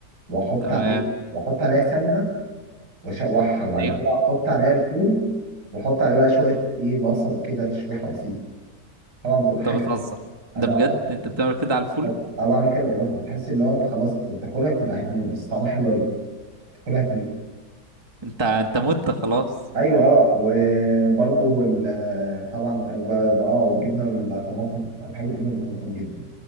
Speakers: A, on the right; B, on the right.
A: واحط
B: تمام
A: عليه واحط عليها سمنه واشوحها وبعد
B: ايوه
A: كده احط عليها الفول واحط عليه بقى شويه ايه بصل كده تشويحه بسيطه طبعا بتبقى حاجه
B: انت بتهزر
A: حاجه
B: ده بجد
A: اه
B: انت بتعمل كده على الفول
A: آه، آه، بعمل كده والله بتحس اللي هو انت خلاص بتاكلها بتبقى هتموت بس طعمها حلو قوي بتاكلها هتموت
B: انت انت مت خلاص
A: ايوه اه وبرضو ال- طبعا ب- ب- اه والجبنه بالطماطم انا بحب الجبنه بالطماطم جدا